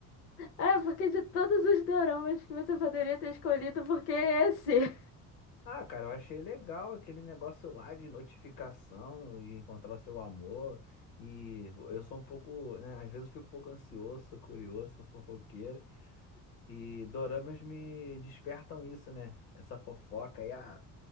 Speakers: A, on the left; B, on the left.
A: É, porque de todos os doramas que você poderia ter escolhido, por que esse?
B: Ah, cara, eu achei legal aquele negócio lá de notificação e encontrar o seu amor. E eu sou um pouco, né? Às vezes eu fico um pouco ansioso, sou curioso, sou fofoqueiro. E doramas me despertam isso, né? Essa fofoca aí, ah,